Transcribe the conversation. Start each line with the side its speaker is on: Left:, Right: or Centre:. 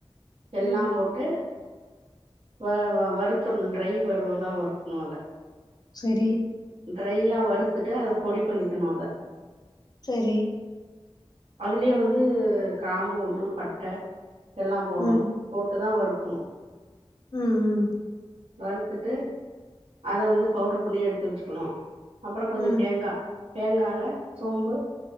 Right: எல்லா
Left: ம்.
Right: போட்டு வ வருத்துணு ட்ரை வருவலா வருக்கனு அத
Left: சரி
Right: ட்ரையா வருறுத்துட்டு அத பொடி பண்ணிக்கணு அத
Left: சரி
Right: அதுலயே வந்து கிராம்பு ஒண்ணு பட்ட எல்லா போடணு
Left: ம்,
Right: போட்டு தா வறுக்கணு
Left: ம் ம்
Right: வறுத்துட்டு அத வந்து பவுட்ரு பண்ணி எடுத்து வெச்சுக்கணு அப்புற கொஞ்ச
Left: ம்,
Right: தேங்கா தேங்கால சோம்பு